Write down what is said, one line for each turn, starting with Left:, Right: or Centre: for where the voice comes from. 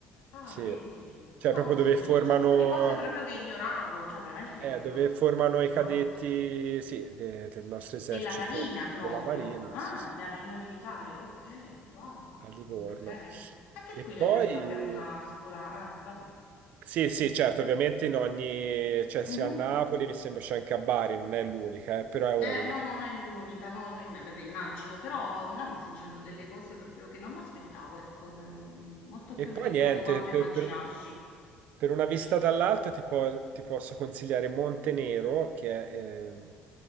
Left: Ah,
Right: sì,
Left: vedi?
Right: cioè
Left: Madonna,
Right: proprio
Left: mi
Right: dove
Left: stai dicendo
Right: formano,
Left: un sacco di cose proprio che ignoravo, cioè veramente mi
Right: eh,
Left: sento
Right: dove formano
Left: ignorante.
Right: i cadetti, sì, de- del nostro esercito
Left: Della Marina proprio.
Right: della Marina,
Left: Ah,
Right: sì, sì,
Left: della Marina militare. Okay, wow.
Right: a Livorno.
Left: Mm, okay. Anche
Right: E
Left: qui
Right: poi...
Left: noi in realtà abbiamo una scuola ah, vabbè.
Right: Sì,
Left: Dimmi,
Right: sì, certo,
Left: dimmi.
Right: ovviamente in ogni, cioè sia
Left: Mh-mh.
Right: a Napoli, mi sembra c'è anche a Bari, non è l'unica, eh, però è
Left: Eh,
Right: una delle
Left: no,
Right: più.
Left: no, non è l'unica, no, no, imma- vabbè, immagino, però no, mi stai dicendo delle cose proprio che non mi aspettavo, ecco, ehm, molto più
Right: E poi
Left: ricca
Right: niente,
Left: di quanto
Right: per,
Left: immaginassi
Right: per- per una vista
Left: la città.
Right: dall'alto ti, po- ti posso consigliare Montenero, che è, ehm,